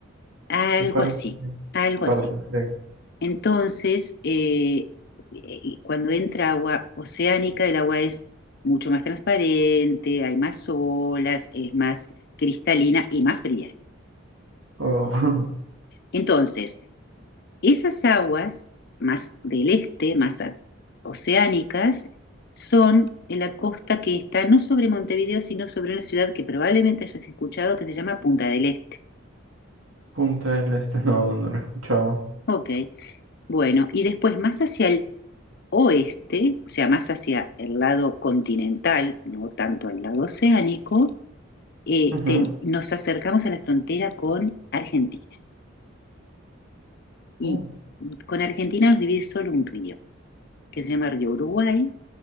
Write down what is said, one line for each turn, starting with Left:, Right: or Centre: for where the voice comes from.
Left: Algo
Right: Me parece.
Left: así,
Right: que
Left: algo
Right: Parte,
Left: así.
Right: sí.
Left: Entonces, eh, eh, cuando entra agua oceánica, el agua es mucho más transparente, hay más olas, es más cristalina y más fría.
Right: Oh, <laughs>
Left: Entonces, Esas aguas más del este, más a- oceánicas, son en la costa que está no sobre Montevideo, sino sobre una ciudad que probablemente hayas escuchado que se llama Punta del Este.
Right: Punta del Este. No, no, no lo he escuchado.
Left: Ok, bueno, y después más hacia el oeste, o sea, más hacia el lado continental, no tanto al lado oceánico, eh,
Right: Ujú.
Left: te- nos acercamos a la frontera con Argentina. Y
Right: Oh,
Left: con Argentina nos divide solo un río, que se llama Río Uruguay,